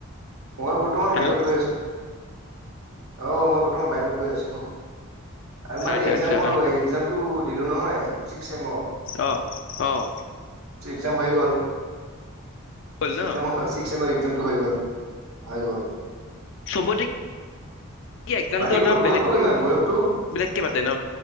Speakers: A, on the right; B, on the left.
A: মই বৰ্তমান
B: হেল্ল'
A: বাইকত গৈ আছো। অ' মই বৰ্তমান বাইকত গৈ আছো আৰু মানে
B: আচ্ছা
A: এক্সাম
B: আচ্ছা
A: এক্সামটো দিলো নহয় ছিক্স চেমৰ।
B: আহ-আহ,
A: একজাম হৈ গ'ল।
B: হ'ল
A: ছিক্স
B: ন
A: এক্সাম ছিক্স ছেমৰ, টো হৈ গ'ল, হৈ গ'ল।
B: চবতে। কি এক্জামটো
A: বাকী
B: অলপ
A: তোমাৰ বয়সটো
B: বেলেগ
A: কিমান বয়সটো
B: বেলেগকে পাতে ন